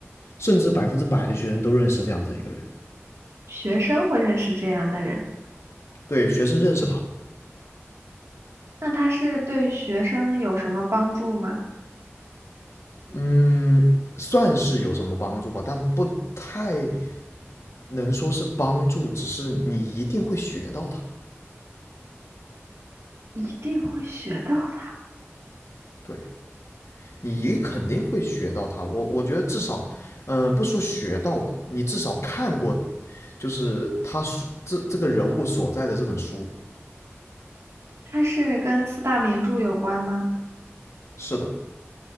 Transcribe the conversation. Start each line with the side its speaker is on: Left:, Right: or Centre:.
Left: 甚至百分之百的学生都认识这样子一个人。
Right: 学生会认识这样的人。
Left: 对，学生认识他，
Right: 那它是对学生有什么帮助吗？
Left: 嗯，算是有什么帮助吧，但不太能说是帮助，只是你一定会学到它，
Right: 一定会学到的。
Left: 对你肯定会学到它。我我觉得至少，嗯、呃不说学到吧，你至少看过，就是他书这这个人物所在的这本书。
Right: 它是跟四大名著有关吗
Left: 是的，